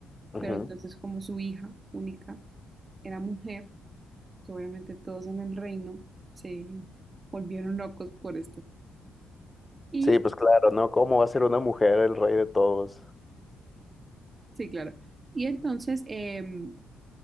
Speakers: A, on the left; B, on the right.
A: ujú.
B: Pero entonces como su hija única era mujer, pues, obviamente todos en el reino se volvieron locos por esto. Y
A: Sí, pues claro, ¿no? ¿Cómo va a ser una mujer el rey de todos?
B: Sí, claro. Y entonces, em,